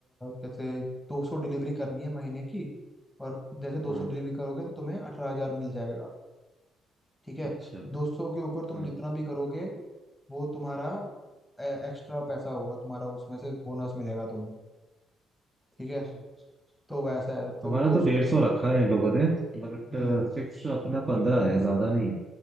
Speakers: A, in the centre; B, on the right (about 30°).
A: कैसे दो सौ डिलीवरी करनी है महीने की और जैसे दो
B: हाँ
A: सौ डिलीवरी करोगे तो तुम्हें अठारह हजार मिल जाएगा ठीक
B: अच्छा
A: है दो सौ के ऊपर तुम
B: हाँ
A: जितना भी करोगे वो तुम्हारा एक्स्ट्रा पैसा होगा तुम्हारा उसमें से बोनस मिलेगा तुम्हें ठीक
B: अच्छा
A: है
B: अच्छा
A: तो वैसा है तो
B: हमारा
A: 200
B: तो डेढ़ सौ रखा है इन लोगों ने बट
A: हम्म
B: फिक्स अपना पंद्रह है ज्यादा नहीं है